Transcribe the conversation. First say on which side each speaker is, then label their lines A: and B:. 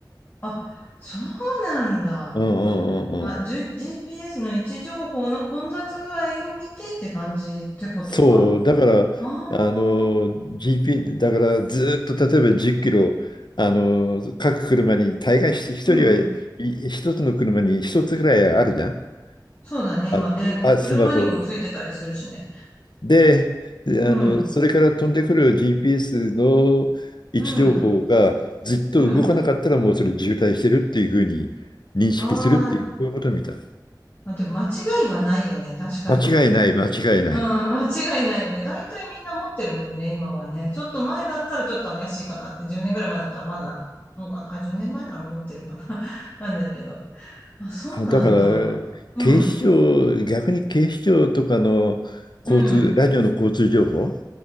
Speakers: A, on the left (about 30°); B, on the left (about 75°).
A: あ、そうなんだ。
B: うんうんうんうん。
A: あ、あ、じゅ GPS の位置情報の混雑具合を見てって感じってことか。
B: そう、だから、
A: あ
B: あの、
A: あ、
B: GP、だからずっと例えば10キロ、あの、各車に、大概ひ一人は、
A: うん。
B: い一つの車に一つぐらいあるじゃん。
A: そうだね。
B: あの、
A: 今ね。もう車にもついてたりするしね。
B: あ、スマホ。で、であの、
A: うん。
B: それから飛んでくる GPS の位置情報がずっと動かなかったらもうそれ渋滞してるっていうふうに認識するっていう、
A: うん。うん。ああ、
B: そういうことみたい。
A: あ、でも間違いはないよね、確かに。
B: 間違いない、間違いない。
A: うん、<laughs> 間違いないよね。大体みんな持ってるもんね、今はね。ちょっと前だったらちょっと怪しいかなって、10年ぐらい前だったらまだ、どうかな。あ、10年前なら持ってるかな。<laughs> なんないけど。あ、そうなんだ。
B: あ、だから、
A: うん、
B: 警視庁、逆に警視庁とかの交通、
A: うん、
B: ラジオの交通情報、